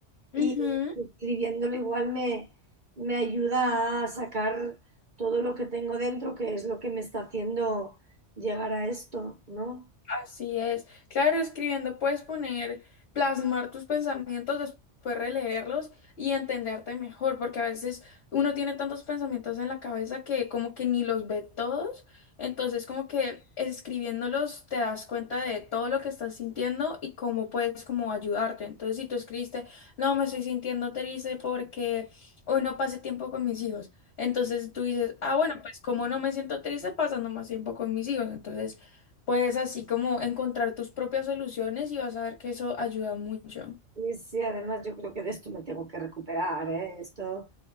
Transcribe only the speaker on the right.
y
escribiéndolo igual me, me ayuda a sacar todo lo que tengo dentro, que es lo que me está haciendo llegar a esto, ¿no?
Y sí, además yo creo que de esto me tengo que recuperar, ¿eh? Esto,